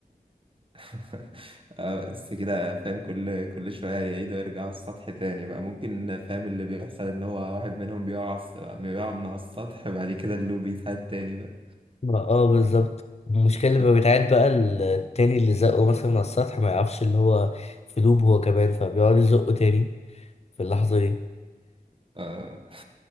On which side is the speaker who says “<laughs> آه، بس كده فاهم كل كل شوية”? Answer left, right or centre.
Right